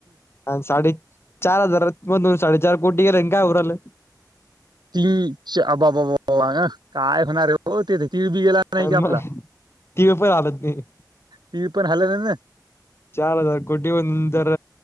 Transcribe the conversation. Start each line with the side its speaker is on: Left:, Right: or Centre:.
Left: आणि साडे चार हजार मधून साडेचार कोटी गेला काय उरलं
Right: ती अबाबा काय होणारे हो ते तीळ बी गेला नाही कि आपला
Left: मग ती पण हालत नाही
Right: तीळ पण हलेलं ना
Left: चार हजार कोटी होन जर